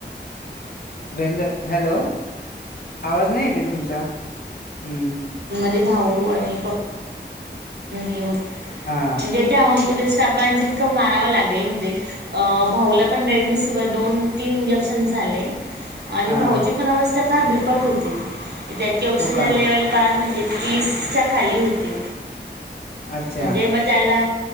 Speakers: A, on the left (about 55°); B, on the right (about 65°).
A: वे हॅलो आवाज नाही येते तुमचा हम्म
B: माे भाऊ आणि पप्पा हे हो म्हणजे
A: हा
B: त्या हॉस्पिटल टेस्ट आपण जितकं मानावं लागेल म्हणजे भाऊला पण रेडमी सि्हर दोन तीन इंजेक्शन झाले आणि
A: हा
B: भाऊची पण अवस्था फार बिकट होती त्याची ऑक्सिजन
A: हो का
B: लेवल फार म्हणजे तीसच्या खाली होती
A: अच्छा
B: म्हणजे मग त्याला